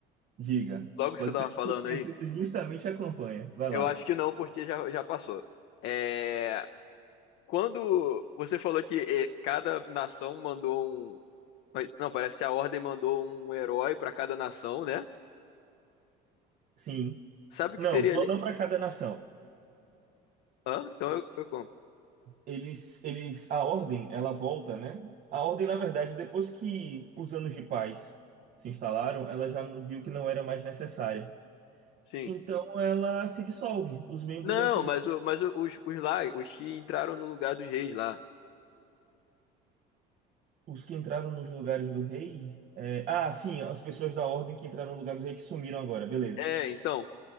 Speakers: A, on the right (about 45°); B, on the left (about 70°).
A: Diga.
B: logo que
A: Pode
B: você tava
A: ser
B: falando
A: que tenha
B: aí?
A: sido justamente a campanha. Vai
B: Eu
A: lá.
B: acho que não, porque já, já passou. É, Quando você falou que eh, cada nação mandou um. eh, Não, parece que a Ordem mandou um herói para cada nação, né?
A: Sim.
B: Sabe o
A: Não,
B: que seria.
A: não,
B: le-
A: não para cada nação.
B: Hã? Então eu, foi como?
A: Eles, eles, a ordem, ela volta, né? A ordem, na verdade, depois que os anos de paz se instalaram, ela já viu que não era mais necessária.
B: Sim.
A: Então ela se dissolve. Os membros
B: Não,
A: antigos,
B: mas, o, mas o- os, os lá, os que entraram no lugar dos reis lá.
A: os que entraram nos lugares do rei. é, Ah, sim, as pessoas da ordem que entraram no lugar do rei que sumiram agora, beleza.
B: É, então.